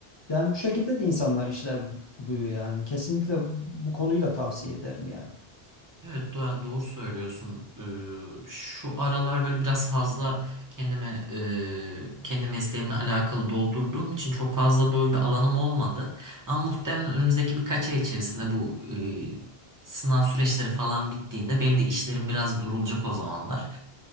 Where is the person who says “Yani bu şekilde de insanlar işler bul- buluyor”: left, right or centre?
Left